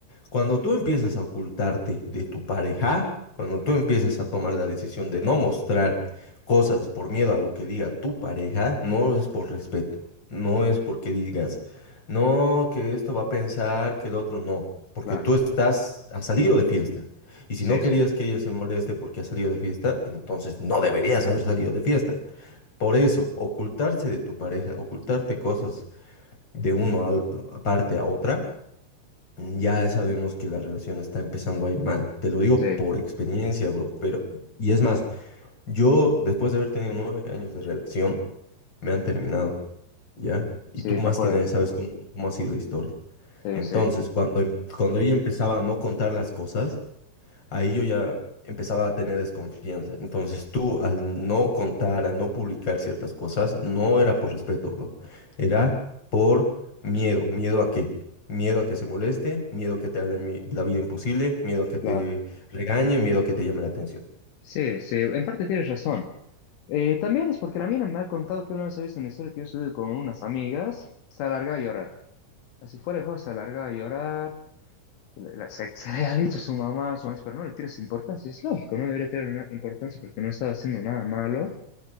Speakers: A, on the left; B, on the left.
A: Cuando tú empiezas a ocultarte de tu pareja, cuando tú empiezas a tomar la decisión de no mostrar cosas por miedo a lo que diga tu pareja, no es por respeto, no es porque digas, no, que esto va a pensar, que el otro no, porque
B: claro.
A: tú estás, has salido de fiesta. Y si
B: Sí,
A: no querías
B: sí,
A: que ella se moleste porque has salido de fiesta, entonces no deberías haber salido de fiesta. Por eso, ocultarse de tu pareja, ocultarte cosas de uno al- a, parte a otra, ya sabemos que la relación está empezando a ir mal. Te lo digo
B: sí,
A: por experiencia, bro. Pero, y es más, yo después de haber tenido nueve años de relación, me han terminado, ¿ya? Y
B: sí,
A: tú más
B: me acuerdo.
A: que nadie sabes cómo, cómo ha sido la historia.
B: Sí,
A: Entonces,
B: sí,
A: cuando, em- cuando ella empezaba a no contar las cosas, ahí yo ya empezaba a tener desconfianza. Entonces tú, al no contar, al no publicar ciertas cosas, no era por respeto, bro. Era por miedo. ¿Miedo a qué? Miedo a que se moleste, miedo a que te haga mi- la vida imposible, miedo a que te
B: claro.
A: regañe, miedo a que te llame la atención.
B: Sí, sí, en parte tienes razón. Eh, también es porque la mina me ha contado que una vez ha visto una historia que yo subí con unas amigas, se alargaba a llorar. Así fuera de juego, se alargaba a llorar. La- la- se, se le ha dicho a su mamá, a su mamá, pero no le tienes importancia. Es lógico, no debería tener una importancia porque no estaba haciendo nada malo.